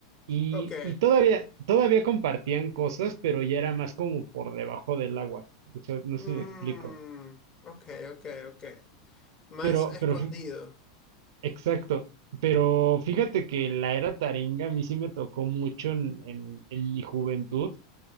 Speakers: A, on the right; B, on the left.
A: Y,
B: ok.
A: y todavía, todavía compartían cosas, pero ya era más como por debajo del agua. O sea, no
B: Mm,
A: sé si me explico.
B: ok, ok, ok. Más
A: Pero,
B: escondido.
A: pero, fí- exacto. Pero fíjate que la era Taringa a mí sí me tocó mucho en, en- en mi juventud